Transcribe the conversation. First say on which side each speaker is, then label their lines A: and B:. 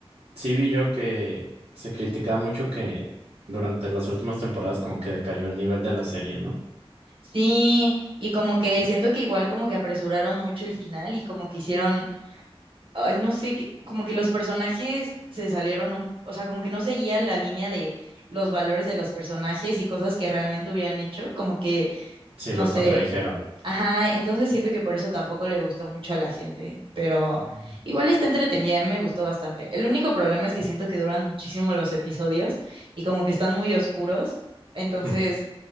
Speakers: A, on the right; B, on the right.
A: Sí vi yo que se criticaba mucho que durante las últimas temporadas como que decayó el nivel de la serie, ¿no?
B: Sí, y como que siento que igual como que apresuraron mucho el final y como que hicieron ay, no sé, que- como que los personajes se salieron, un- o sea, como que no seguían la línea de los valores de los personajes y cosas que realmente hubieran hecho, como que,
A: Sí,
B: no
A: los
B: sé,
A: contradijeron.
B: ajá, entonces siento que por eso tampoco le gustó mucho a la gente, pero
A: Mm.
B: igual está entretenida, me gustó bastante. El único problema es que siento que duran muchísimo los episodios y como que están muy oscuros, entonces...
A: <laughs>